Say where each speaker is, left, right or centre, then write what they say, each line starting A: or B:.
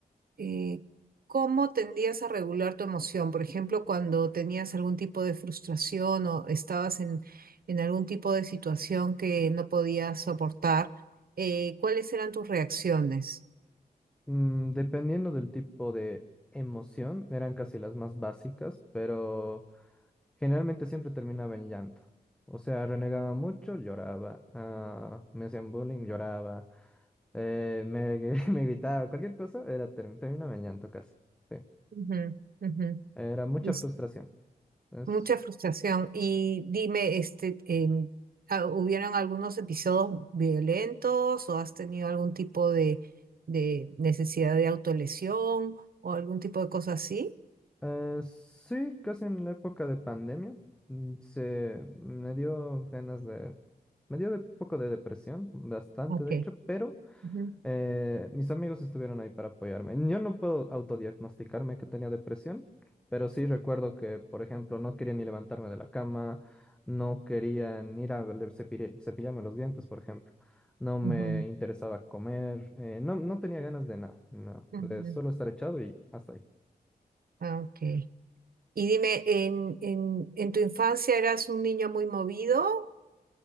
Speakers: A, on the right; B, in the centre.
A: eh, cómo tendías a regular tu emoción? Por ejemplo, cuando tenías algún tipo de frustración o estabas en, en algún tipo de situación que no podías soportar, eh, ¿cuáles eran tus reacciones?
B: Mm, dependiendo del tipo de emoción, eran casi las más básicas, pero generalmente siempre terminaba en llanto. O sea, renegaba mucho, lloraba. ah, me hacían bullying, lloraba. eh, me, gri- <laughs> me gritaba, cualquier cosa, era ter- terminaba en llanto casi. sí.
A: Ujú, ujú.
B: Era mucha
A: Y-
B: frustración. Es-
A: Mucha frustración. Y dime, este, em, ah, ¿hubieron algunos episodios violentos o has tenido algún tipo de, de necesidad de autolesión o algún tipo de cosa así?
B: eh, sí, casi en la época de pandemia, mm, se me dio ganas de... Me dio de poco de depresión, bastante
A: Ok.
B: de hecho, pero...
A: Ujú,
B: Eh, mis amigos estuvieron ahí para apoyarme. Yo no puedo autodiagnosticarme que tenía depresión, pero sí recuerdo que, por ejemplo, no quería ni levantarme de la cama, no quería ni ir a le- cepille- cepillarme los dientes, por ejemplo. No me
A: ujú,
B: interesaba comer, eh, no, no tenía ganas de nada, no,
A: ujú.
B: de solo estar echado y hasta ahí.
A: Ah, Ok. Y dime, ¿en, en, en tu infancia eras un niño muy movido?